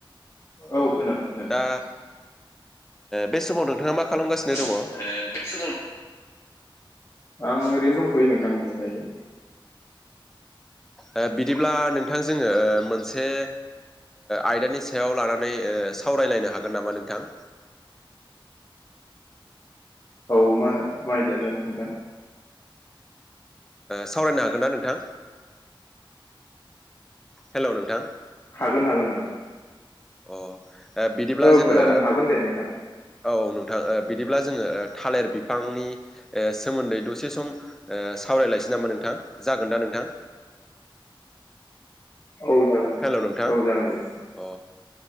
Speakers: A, on the left; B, in the centre.
A: औ
B: अ
A: खोनादों खोनादों
B: दा
A: नोंथां
B: बे समाव नोंथाङा मा खालामगासिनो दङ
A: <unintelligible>
B: अ
A: आं ओरैनो दंथ'यो नोंथां नै दायो
B: अ बिदिब्ला नोंथां जोङो मोनसे आयदानि सायाव लानानै सावरायलायनो हागोन नामा नोंथां
A: औ मा माइदाज नोंथां
B: सावरायनो हागोन ना नोंथां हेल' नोंथां
A: हागोन हागोन हागोन
B: अ बिदिब्ला
A: औ
B: जोङो
A: खोनादों हागोन दे नोंथां
B: औ नोंथां बिदिब्ला जोङो थालिर बिफांनि सोमोन्दै दसे सम सावरायलायसै नामा नोंथाङा जागोन दा नोंथां
A: औ जागोन
B: हेल'
A: दे
B: नोंथां
A: औ जागोन दे नोंथां
B: अ